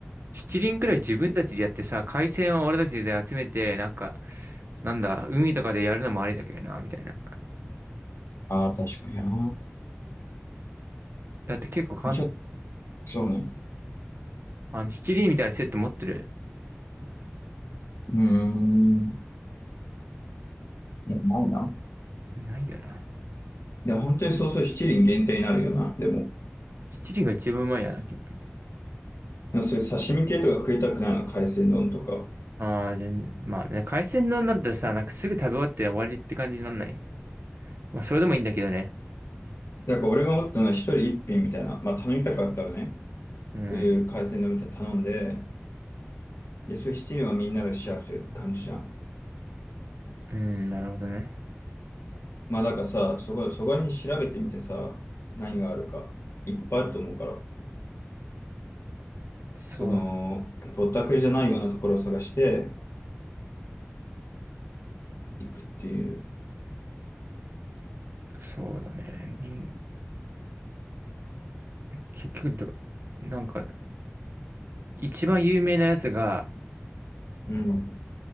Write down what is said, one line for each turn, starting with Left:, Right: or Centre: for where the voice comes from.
Right: 七輪くらい自分たちでやってさ、回線を俺たちで集めて、なんか、なんだ、海とかでやるのもありだけどな、みたいな。
Left: ああ、確かにな。
Right: だって結構簡
Left: ちょっと、そうね。
Right: あの、七輪みたいなセット持ってる
Left: うーん。いや、ないな。
Right: ないよな。
Left: いや、本当にそうそう、七輪限定になるよな、でも。
Right: 七輪が一番うまいよな、キンピ。
Left: そういう刺身系とか食いたくないの、海鮮丼とか。
Right: ああ、全まあね、海鮮丼だったらさ、なんかすぐ食べ終わって終わりって感じになんない。まあ、それでもいいんだけどね。
Left: だから俺が思ったのは一人一品みたいな、まあ頼みたかったらね、
Right: うん、
Left: そういう海鮮丼みたいなの頼んで、いや、そういう七輪はみんなでシェアする感じじゃん。
Right: うん、なるほどね。
Left: まあだからさ、そこ、そこら辺調べてみてさ、何があるか、いっぱいあると思うから、
Right: そ
Left: その、ぼったくりじゃないようなところを探していくっていう。
Right: う、そうだね。に、結局ど、なんか、一番有名なやつが、
Left: うん。